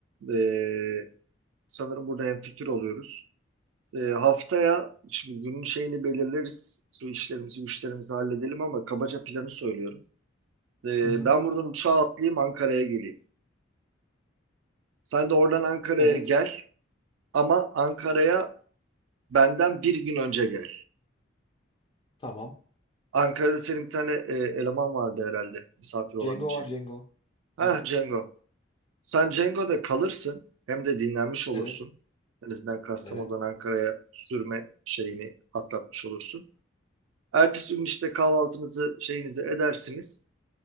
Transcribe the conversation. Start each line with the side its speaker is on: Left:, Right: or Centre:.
Right: Ee, Sanırım burada hemfikir oluyoruz. Ee, haftaya şimdi günün şeyini belirleriz. Şu işlerimizi, güçlerimizi halledelim ama kabaca planı söylüyorum. Ee,
Left: Hı hı.
Right: ben buradan uçağa atlayayım Ankara'ya geleyim. Sen de oradan Ankara'ya
Left: Evet.
Right: gel ama Ankara'ya benden bir gün önce gel.
Left: Tamam.
Right: Ankara'da senin bir tane e, eleman vardı herhalde misafir olabileceğin.
Left: Cengo var Cengo.
Right: Ha
Left: Evet.
Right: Cengo. Sen Cengo'da kalırsın hem de dinlenmiş olursun.
Left: Evet.
Right: En azından Kastamonu'dan
Left: Evet.
Right: Ankara'ya sürme şeyini atlatmış olursun. Ertesi gün işte kahvaltınızı şeyinizi edersiniz.